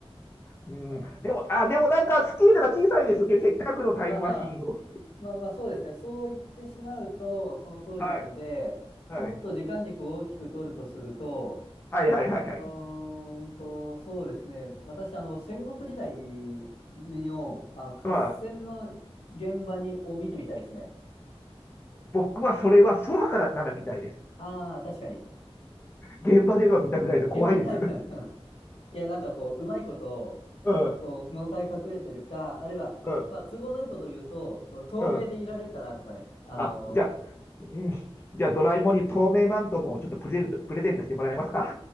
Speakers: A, on the left; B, on the left.
A: うん、
B: あ
A: でも、あ、でもなんかスケールが小さいですね。せっかくのタイムマシーンを。
B: まあまあ、まあまあそうですね。そう言ってしまうと、その通りなので、
A: はい。はい。
B: もっと時間軸を大きく取るとすると、
A: はいはいはいはい。
B: うーんと、そうですね。私、あの、戦国時代の、あの、合戦の現場に、
A: ま
B: を見てみたいですね。
A: 僕はそれは空からなら見たいです。
B: ああ、確かに。
A: 現場では見たくないと怖いです。
B: 現場、<laughs> いや、なんかこう、うまいこと、
A: うん、
B: こう、物陰隠れてるか、あるいは、
A: うん、
B: まあ、都合のいいこと言うと、ちょっと透明でいられるかなとかね。
A: うん。
B: あの
A: あ、じゃあ、うん、じゃあドラえもんに透明マントもちょっとプレゼント、プレゼントしてもらえますか